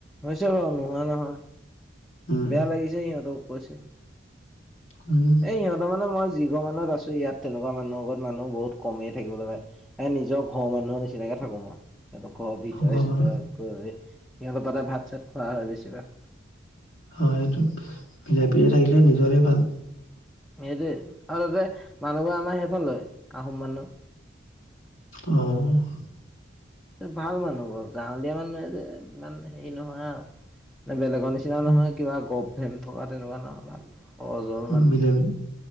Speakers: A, in the centre; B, on the left.
A: হৈছে বাৰু নোহোৱা নহয়,
B: উম
A: বেয়া লাগিছে সিহঁতে কৈছে।
B: উম।
A: সিহঁত মানে, মই যি ঘৰ মানত আছোঁ, ইয়াত তেনেকুৱা মানুহৰ ঘৰত মানুহ বহুত কমেই থাকিবলৈ পায়। ইয়াত নিজৰ নিজৰ ঘৰৰ মানুহৰ নিচিনাকে থাকো মই। তাৰপা ঘৰৰ ভিতৰে-চিটৰে
B: গম অ
A: গৈ সিহঁতৰ তাতে ভাত- চাত খোৱা হয় বেছিভাগ।
B: হয় সেইটো, মিলাই-প্ৰীতিৰে থাকিলে নিজৰে ভাল।
A: সেইটোৱে আৰু তাতে মানুহবোৰে আমাৰ সেইখন লয় আহোম মানুহ।
B: অঁ।
A: ভাল মানুহ ঘৰ, গাঁৱলীয়া মানুহ নহয় যে, ইমান হেৰি নহয় আৰুে বেলেগৰ নিচিনা। কিবা
B: উম
A: নহয় কিবা গভ-ভেম থকা তেনেকুৱা নহয়, ভাল। সহজ সৰল মানুহ
B: উম, মিলা-প্ৰীতি,